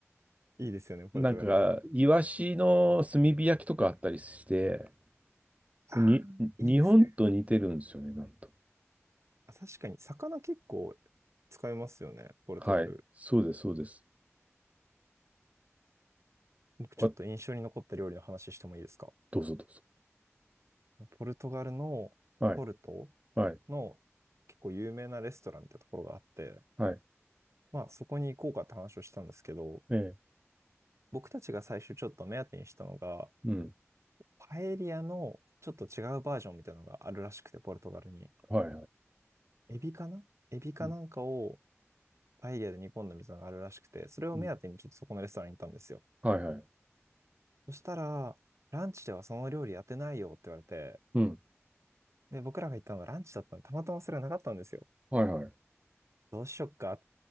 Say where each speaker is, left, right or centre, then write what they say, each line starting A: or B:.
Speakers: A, on the right; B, on the right.
A: いいですよね、ポルトガル。
B: なんか、イワシの炭火焼きとかあったりして、
A: ああ、
B: に、
A: いいですね。
B: 日本と似てるんですよね、なんと。
A: あ確かに、魚結構使いますよね、ポルトガル。
B: はい。そうです、そうです。
A: 僕ちょっと印象に残った料理の話してもいいですか
B: あ、どうぞどうぞ。
A: ポルトガルのポルト
B: はい、はい、
A: の結構有名なレストランみたいなところがあって、
B: はい。
A: まあそこに行こうかって話をしたんですけど、
B: ええ、
A: 僕たちが最初ちょっと目当てにしたのが、
B: うん。
A: パエリアのちょっと違うバージョンみたいなのがあるらしくて、ポルトガルに。
B: はい、
A: エビかなエビかなんかを
B: うん、
A: パエリアで煮込んだみたいなのがあるらしくて、それを目当てにちょっとそこのレストランに行ったんですよ。
B: うん、はいはい。
A: そしたら、ランチではその料理やってないよって言われて、
B: うん、
A: で、僕らが行ったのがランチだったので、たまたまそれがなかったんですよ。
B: はいはい。
A: どうしよっか